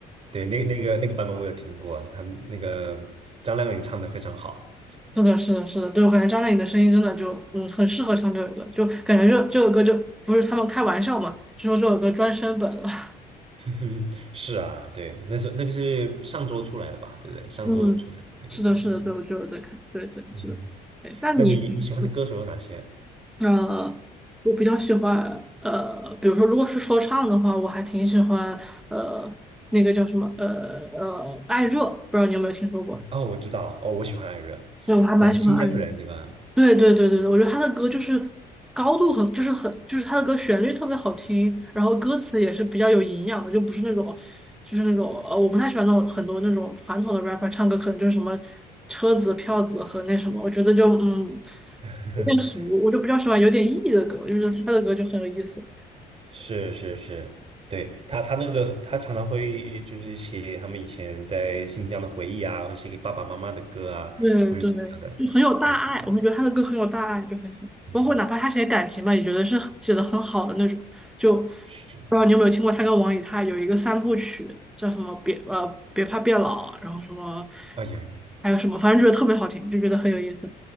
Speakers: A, on the right; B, in the centre.
A: 对，那那个那个版本我有听过，他那个张靓颖唱的非常好。
B: 是的，是的，是的，就我感觉张靓颖的声音真的就嗯很适合唱这首歌，就感觉这这首歌就不是他们开玩笑嘛，就说这首歌专升本了。<laughs>
A: <laughs> 是啊，对，那是那个是上周出来的吧，对不对？上周出来的那个东西。
B: 嗯，是的，是的，对，我就有在看，对对是对。
A: 嗯哼，
B: 哎那你比嗯
A: 那你你喜欢的歌手有哪些？
B: 呃，我比较喜欢呃，比如说如果是说唱的话，我还挺喜欢呃那个叫什么呃呃艾热，不知道你有没有听说过？
A: 哦，我知道，哦，我喜欢艾热，
B: 对，我还蛮喜欢艾热。
A: 那个新疆人，对吧？
B: 对对对对对，我觉得他的歌就是高度很，就是很，就是他的歌旋律特别好听，然后歌词也是比较有营养的，就不是那种，就是那种呃，我不太喜欢那种很多那种传统的 rapper 唱歌，可能就是什么车子、票子和那什么，我觉得就嗯
A: <laughs>
B: 有点俗，我就比较喜欢有点意义的歌，就是他的歌就很有意思。
A: 是是是，对，他他那个他常常会就是写他们以前在新疆的回忆啊，会写给爸爸妈妈的歌啊，
B: 对对，
A: 或者怎么样的。
B: 就很有大爱，
A: 对对对，
B: 我会觉得他的歌很有大爱，就很喜欢。
A: 嗯嗯，
B: 包括哪怕他写感情吧，也觉得是写的很好的那种。就不
A: 是，
B: 知道你有没有听过他跟王以太有一个三部曲，叫什么别呃别怕变老，然后什么
A: 啊有，有
B: 还有什么，反正觉得特别好听，就觉得很有意思。